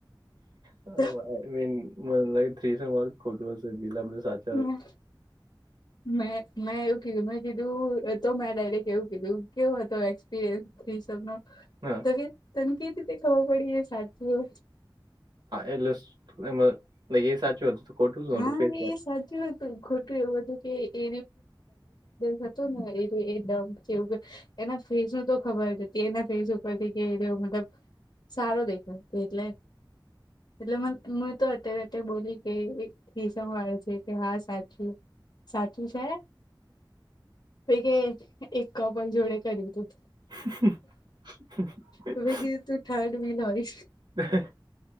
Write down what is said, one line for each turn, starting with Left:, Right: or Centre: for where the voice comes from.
Right: નામ
Left: મે
Right: લે થ્રીસર ખોટું છે, બીજા બધા સાચા.
Left: હમ. મેં મેં એવું કીધું મેં કીધું તોમેં ડાયરેક્ટ એવું કીધું કેવો હતો એક્સપિરિયન્સ. થી શમે.
Right: હા.
Left: સગ તનકે ત ખબ પડી સાચું.
Right: એટલે એમાં લ એ સાચું હતું તો ખોટું શું
Left: હા
Right: હતું ફેસ.
Left: એ સાચું હતું ખોટું એવું હતું કે એ હતું ને એ ડમવું. એના ફેસ નું તો ખબર હતી એના ફેસ ઉપર થી કે મતલબ સારો દેખાય. એટલે એટલે મને હ તો અત્યારે અત્યારે બોલી કે. થી સ વાળ છે કે હા સાચું સાચું છે. પે કે એક ક પણ જોડે કર્યું હતું.
Right: હ
Left: તો મે કીધું તું થર્ડ બીન હોય.
Right: <inaudible>